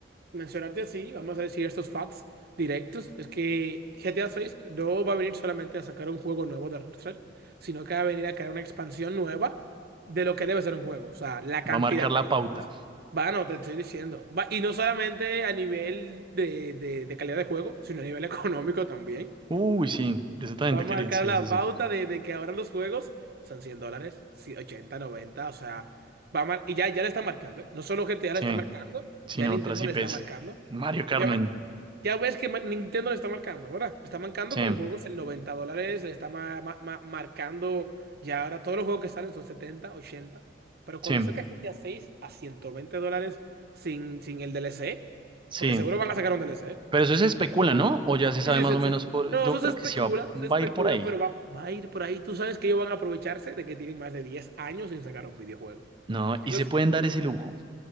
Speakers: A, on the right (about 60°); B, on the right (about 25°).
A: mencionarte así, vamos a decir estos facts directos, es que GTA 6 no va a venir solamente a sacar un juego nuevo de Rockstar, sino que va a venir a crear una expansión nueva de lo que debe ser un juego. O sea, la cantidad
B: Va a marcar
A: de
B: la
A: horas.
B: pauta.
A: Bueno, te estoy diciendo. Va- y no solamente a nivel de, de de calidad de juego, sino a nivel económico también.
B: Uy, sí, de eso también
A: Va
B: te
A: a marcar
B: quería. Sí,
A: la
B: sí, sí.
A: pauta de, de que ahora los juegos son 100 dólares, sí, 80, 90, o sea, va a mar- y ya, ya le está marcando, ¿eh? No solo GTA
B: Sí,
A: le está marcando,
B: sí,
A: ya
B: no,
A: Nintendo
B: otras IPs.
A: le está marcando.
B: Mario Carmen.
A: Ya, ma- ya ves que ma- Nintendo le está marcando, ¿verdad? Le Está marcando
B: Sí,
A: con juegos en 90 dólares, le está ma- ma- ma- marcando ya ahora todos los juegos que salen son 70, 80, pero
B: sí,
A: cuando salga GTA 6 a seis a 120 dólares sin, sin el DLC,
B: sí.
A: porque seguro van a sacar un DLC,
B: Pero eso se especula, ¿no? O ya se sabe
A: Sí, sí,
B: más
A: sí,
B: o menos
A: sí.
B: por.
A: No,
B: Yo
A: eso
B: creo
A: se especula,
B: que sí va, va
A: se especula,
B: a ir por ahí.
A: pero va, va a ir por ahí. Tú sabes que ellos van a aprovecharse de que tienen más de 10 años sin sacar un videojuego.
B: No,
A: Eso
B: y se
A: es,
B: pueden dar ese lujo.